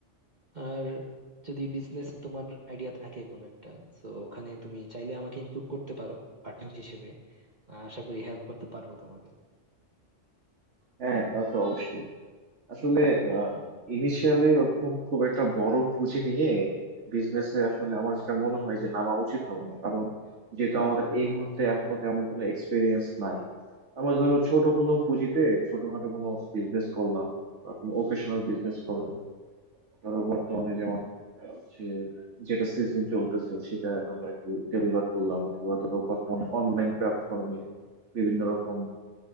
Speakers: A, on the right; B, on the right.
A: আর যদি বিজনেস তোমার আইডিয়া থাকে কোনো একটা তো ওখানে তুমি চাইলে আমাকে ইনক্লুড করতে পারো পার্টনার হিসেবে আহ, আশা করি হেল্প করতে পারবো তোমাকে
B: হ্যাঁ তা তো অবশ্যই আসলে ইনিশিয়ালি ওরকম খুব একটা বড় পুঁজি নিয়ে বিজনেসে আসলে আমার যেটা মনে হয় যে নামা উচিত হবে না কারণ যেহেতু আমাদের এই মুহূর্তে এখনো তেমন কোনো এক্সপিরিয়েন্স নাই আমরা ধরো ছোট কোনো পুঁজিতে ছোটখাটো কোনো বিজনেস করলাম বা কোনো ওকেশনাল বিজনেস করলাম ধরো বর্তমানে যেমন আহ, সে যেটা সিজন চলতেছে সেটা আমরা একটু ডেলিভার করলাম অথবা ধরো বর্তমানে অনলাইন প্ল্যাটফর্মে বিভিন্ন রকম